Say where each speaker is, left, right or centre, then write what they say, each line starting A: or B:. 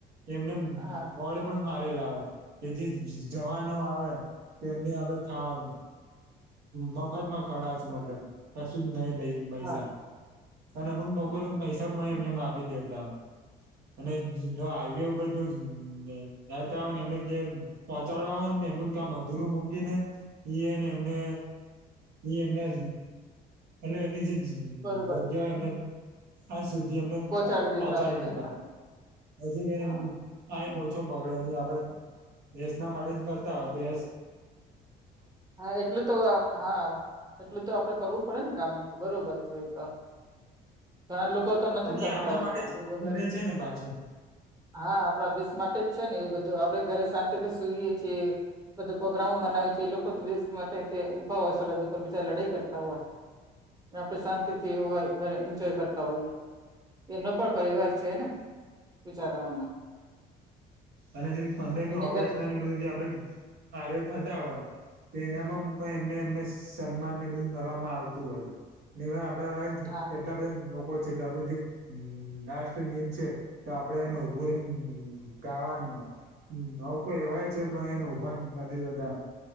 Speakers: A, on the right (about 75°); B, on the right (about 20°).
A: એમને
B: હા
A: બોર્ડ પણ મારેલા હોય કે જે જવાનો આવે તો એમને અમે ખાવા મફતમાં ખવડાવસુ મતલબ કશું નહી લઈએ પૈસા
B: હા
A: અને અમુક લોકો
B: હમ,
A: તો પૈસા એમનેમ આપી દેતા અને જો હાઈવે ઉપર જો જતા હોય ને એમને કે પહોંચાડવા હોય ને એમનું કામ અધુરુ મૂકી ને ઈ એને એમને ઈ એમના એલે એમની જે
B: બરોબર
A: જગ્યાએ એમને <unintelligible> સુધી અએમને
B: પહોંચાડી દેતા
A: પહોંચાડી
B: હોય છે
A: જતા
B: હા
A: પછી <unintelligible>
B: હા
A: ટાઈમ ઓછો બગડેની આપડે દેશના માટે જ કરતા હોય છે.
B: હા એટલું તો હા એટલું તો આપડે કરવું પડે ને કામ તો બરોબર છે એ તો ઘણા લોકો તો નથી
A: અને
B: કરતા
A: એ આપણા
B: હોતા
A: માટે જ
B: એ બધું.
A: કરે છે ને પાછું
B: હા આપણા દેશ માટે જ છે ને એ બધું આપણેે ઘરે શાંતિ થી સુઈએ છીએ. પ્રોગ્રામો મનાવે છે એ લોકો દેશ માટે ઊભા હોય સરહદ ઉપર બીજા લડાઈ કરતા હોય. આપણે શાંતિ થીવ હોય ઘરે એન્જોય કરતા હોય. એનો પણ પરિવાર છે ને બીચારાવાનો- -
A: અને જે પંદરમી
B: એની
A: ઓગસ્ટ
B: ઘરે
A: ના બધું જે આપડ આર થતા હોય. તો એનામાં પણ એમને એમને સન્માન ને બધું કરવામાં આવતું હોય છે. આપડે
B: હા
A: એટલા બધા લોકો છે કે આપડું જે રા્ટ છે. તો આપડે એને ઊભું રહીને ગાવાનું હોય ન કોઈ
B: હા
A: એવાય- - ને ઉભા નથી જતા.